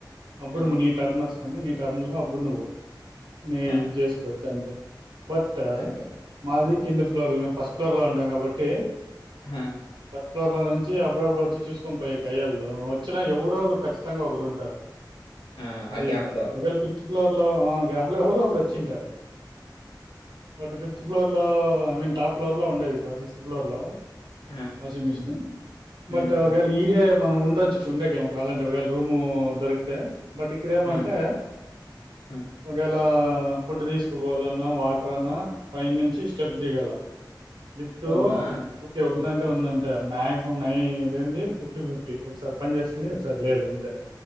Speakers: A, on the right; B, on the left.
A: అప్పుడు
B: ఆ,
A: నీ టర్న్ వస్తుంది నీ టర్న్ లో అప్పుడు నువ్వు నే
B: ఆ,
A: యూస్ చేసుకోవచ్చు అంతే. బట్టా
B: అంతే
A: మాదిక్ కింద ఫ్లోర్ల మేము ఫస్ట్ ఫ్లోర్ లో ఉంటాం కాబట్టి
B: హా
A: ఫస్ట్ ఫ్లోర్ లో నుంచి అప్పుడప్పుడు వచ్చి చూసుకొని పోయ కయ్యాళ్ళదు వచ్చినా ఎవరో ఒకరు ఖచ్చితంగా ఒకరు ఉంటారు.
B: ఆ
A: అది
B: ఆ గ్యాప్
A: ఇబ్బంది
B: లో
A: ఒకవేళ ఫిఫ్త్ ఫ్లోర్ లో ఆ గ్యాప్లో కూడా ఒకరు వచ్చింటారు. బట్ ఫిఫ్త్
B: ఆ,
A: ఫ్లోర్ లో ఐ మీన్ టాప్ ఫ్లోర్ లో ఉండేది త సిక్స్త్ ఫ్లోర్ లో
B: ఆ,
A: వాషింగ్ మిషిను
B: హ్మ్,
A: బట్
B: హ్మ్.
A: ఒకేళ ఈడే. మనం ఉండొచ్చు ఉండేక ఏమో కావాలంటే ఒకవేళ రూమూ దొరికితే బట్ ఇక్కడ ఏమంటే
B: ఆ, ఆ.
A: ఒకేలా ఫుడ్ తీసుకుపోవాలన్నా వాటర్ అన్నా పై నుంచి స్టెప్స్ దిగాల లిఫ్టూ
B: అవునా
A: ఒకే ఉందంటే
B: ఆ,
A: ఉందంటే మ్యాగ్ మం ఆది ఏంది ఫిఫ్టీ ఫిఫ్టీ ఒకసారి పనిచేస్తుంది ఒకసారి లేదు అంతే.